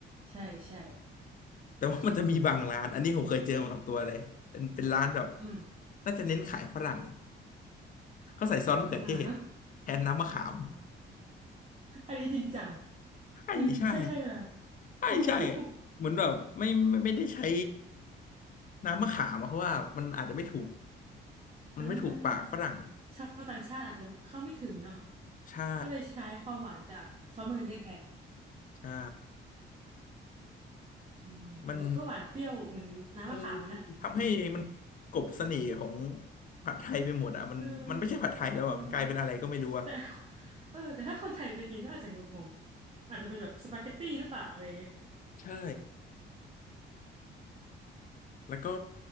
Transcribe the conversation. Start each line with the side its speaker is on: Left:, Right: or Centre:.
Right: ใช่ใช่
Left: แต่ว่ามันจะมีบางร้านอันนี้ผมเคยเจอมากับตัวเลยเป็นเป็นร้านแบบ
Right: อืม
Left: น่าจะเน้นขายฝรั่งเขาใส่ซอสมะเขือเทศ
Right: อ่าฮะ
Left: แทนน้ำมะขาม
Right: <laughs> อันนี้จริงจัง
Left: ใช่ใช่
Right: อันนี้ใช่ใช่ใช่ไหม
Left: ใช่ใช่
Right: โอ้โห
Left: เหมือนแบบไม่ไม่ไม่ได้ใช้น้ำมะขามอะเพราะว่ามันอาจจะไม่ถูกมันไม่ถูกปากฝรั่ง
Right: อ่า ชาวต่างชาติอาจจะเข้าไม่ถึงเนาะ
Left: ใช่
Right: ก็เลยใช้ความหวานจากซอสมะเขือเทศแทน
Left: ใช่
Right: อืมบอกก็หวานเปรี้ยวเหมือนน้ำมะขามเลยนะอืมอืม
Left: มันมันทำให้มันกลบเสน่ห์ของผัดไทยไปหมดอ่ะมันมันไม่ใช่ผัดไทยแล้วอ่ะมันกลายเป็นอะไรก็ไม่รู้อ่ะ
Right: อืมเออเออแต่ <laughs> เออแต่ถ้าคนไทยไปกินก็อาจจะงงๆอาจจะเป็นแบบสปาเกตตี้หรือเปล่าอะไรอย่างเงี้ย
Left: ใช่แล้วก็